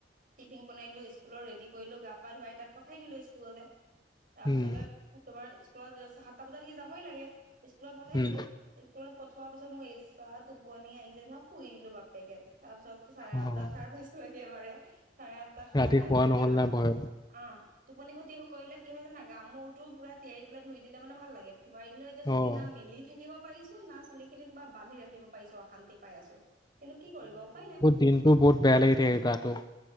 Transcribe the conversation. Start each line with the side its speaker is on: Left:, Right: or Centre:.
Right: টিফিন বনাই দিলো স্কুলৰ ৰেডি কৰিলো গা গা ধুৱাই তাক পঠাই দিলো স্কুললে, তাৰ পিছ
Left: উম,
Right: তোমাৰ স্কুলত তাৰ পাছত সি যাবই লাগে স্কুলত পঠাই
Left: উম,
Right: দিলো স্কুলত পঠোৱা পাছত, মই এইচাত টোপনি আহিছে ন শুই দিলো বাপেকে তাৰ পিছত চাৰে
Left: অ'।
Right: আঠটাত সাৰ পাইছো একেবাৰে। চাৰে আঠটা সাৰ
Left: ৰাতি
Right: পাই
Left: শুৱা
Right: বেলেগ
Left: নহ'ল
Right: গা
Left: না
Right: মোৰ
Left: ভয়ত।
Right: অ' টোপনি ক্ষতি কৰিলে কি হয় জানা গামোৰটো পুৰা তিয়াৰি পেলাই ধুই দিলে মানে ভাল লাগে ধুৱাই লৈ চুলি
Left: অ'।
Right: না মেলি থাকিব পাৰিছো না চুলি খিনি তোমাৰ বান্ধি ৰাখিব পাৰিছো অশান্তিত। পাই আছো, কিন্তু কি কৰিব উপায় নাই।
Left: দিনতটো বহুত বেয়া লাগি থাকে গাটো।